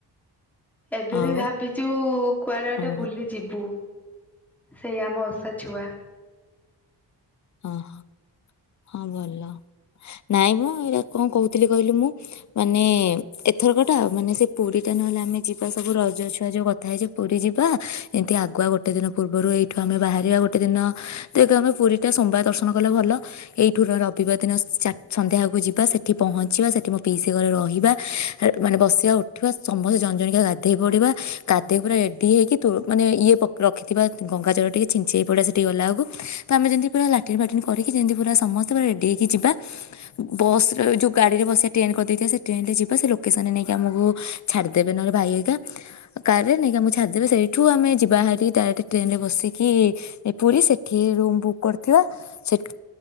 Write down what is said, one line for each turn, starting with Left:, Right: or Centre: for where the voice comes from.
Centre: ଏବେ
Left: ଆଉ
Centre: ବି ଭାବିଛୁ କୁଆଡେ ଗଟେ
Left: ହଁ
Centre: ବୁଲି ଯିବୁ। ସେଇ ଆମ ଓଷା ଛୁଆ
Left: ଓହୋ ହଁ ଭଲ ନାଇଁ ମୁଁ ଏଇଟା କଣ କହୁଥିଲି କହିଲି ମୁଁ ମାନେ ଏଥର କଟା ମାନେ ସେ ପୁରୀ ଟା ନହେଲେ ଆମେ ଯିବା ସବୁ ରଜ ଛୁଆ ଯୋଉ କଥା ହେଇଛି ପୁରୀ ଯିବା ଏମିତି ଆଗୁଆ ଗୋଟେ ଦିନ ପୂର୍ବରୁ ଏଇଠୁ ଆମେ ବାହାରିବା ଗୋଟେ ଦିନ ତ ଆମେ ପୁରୀ ଟିକେ ସୋମବାର ଦର୍ଶନ କଲେ ଭଲ ଏଇଠୁ ରବିବାର ଦିନ ସନ୍ଧ୍ୟା ଆଗକୁ ଯିବା ସେଠି ପହଞ୍ଚିବା ସେଠି ମୋ ପିଇସି ଘରେ ରହିବା ମାନେ ବସିବା ଉଠିବା ସମସ୍ତେ ଜଣ ଜଣିକା ଗାଧୋଇ ପଡ଼ିବା ଗାଧୋଇ ପୁରା ରେଡ଼ି ହେ ହୋଇକି ମାନେ ଇଏ ରଖିଥିବା ଗଙ୍ଗାଚଳ ଟିକେ ଛିଞ୍ଚେଇ ହେ ପଡ଼ିବା ସେଠି ଗଲା ଆଳକୁ ତ ଆମେ ଯେମିତି ପୁରା ଲାଟିନ ଫାଟିନ କରିକି ଯେମିତି ପୁରା ସମସ୍ତେ ପୁରା ରେଡ଼ି ହେଇକି ଯିବା ବସ୍ର ଯେଉଁ ଗାଡ଼ିରେ ବସିବା ଟ୍ରେନ କରିଦେଇଥିବା ସେ ଟ୍ରେନ୍ରରେ ଯିବା ସେ ଲୋକେସନରେ ନେଇକି ଆମକୁ ଛାଡ଼ିଦେବେ ନହେଲେ ଭାଇ ହରିକା କାରରେ ନେଇକି ଆମକୁ ଛାଡ଼ିଦେବେ ସେଇଠୁ ଆମେ ଯିବା ହେରିି ଡାଇରେକ୍ଟ ଟ୍ରେନରେ ବସିକି ପୁରୀ ସେଇଠି ରୁମ୍ ବୁକ୍ କରି ଥିବା ସେ